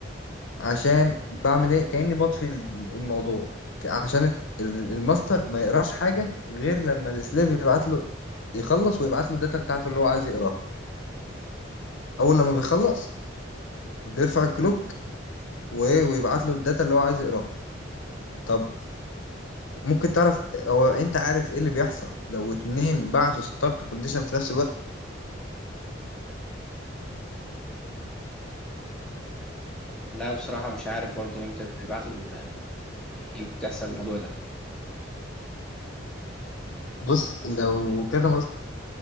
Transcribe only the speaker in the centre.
لا بصراحه مش عارف برضه امتى بيبعتوا ال- يعني امتى بتحصل الموضوع ده